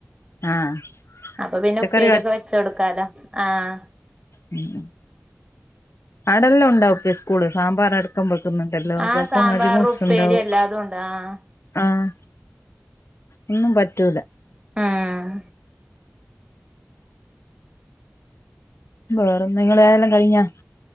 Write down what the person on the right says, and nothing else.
അപ്പൊ പിന്നെ
ഉപ്പേരിക്കൊ വെച്ചോട് ക്കാലോ. ആഹ്
ആഹ്
സാമ്പാർ
ഉപ്പേരി എല്ലാതും ഉണ്ട് ആഹ്
ആഹ്